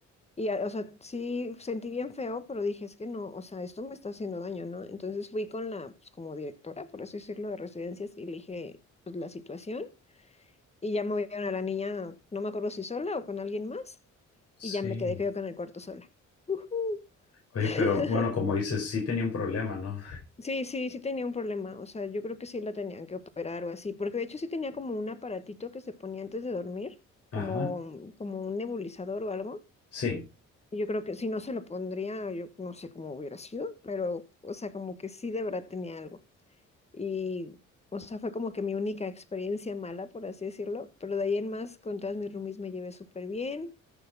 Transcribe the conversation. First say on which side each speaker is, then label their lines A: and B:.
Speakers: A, on the left; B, on the left.
A: Y, a- o sea, sí sentí bien feo, pero dije, es que no, o sea, esto me está haciendo daño, ¿no? Entonces fui con la, pues como directora, por así decirlo, de residencias y le dije, pues la situación. Y ya movieron a la niña, no me acuerdo si sola o con alguien más. Y
B: Sí.
A: ya me quedé yo con el cuarto sola. Ujú.
B: Oye,
A: <laughs>
B: pero bueno, como dices, sí tenía un problema, ¿no?
A: Sí, sí, sí tenía un problema. O sea, yo creo que sí la tenían que operar o así, porque de hecho sí tenía como un aparatito que se ponía antes de dormir, como,
B: Ajá.
A: como un nebulizador o algo.
B: Sí.
A: Yo creo que si no se lo pondría, yo no sé cómo hubiera sido, pero, o sea, como que sí de verdad tenía algo. Y, o sea, fue como que mi única experiencia mala, por así decirlo, pero de ahí en más, con todas mis roomies me llevé súper bien.